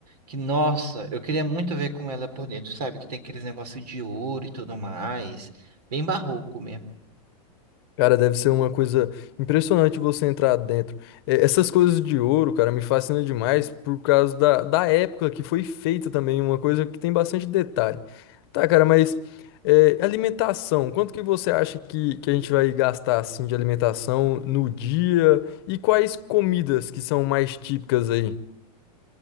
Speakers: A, on the right (about 80°); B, on the left (about 40°).
A: Que, nossa, eu queria muito ver com ela por dentro, sabe? Que tem aqueles negócios de ouro e tudo mais. Bem barroco mesmo.
B: Cara, deve ser uma coisa impressionante você entrar dentro. É, Essas coisas de ouro, cara, me fascina demais por causa da, da época que foi feita também, uma coisa que tem bastante detalhe. Tá, cara, mas é, alimentação, quanto que você acha que, que a gente vai gastar assim de alimentação no dia? E quais comidas que são mais típicas aí?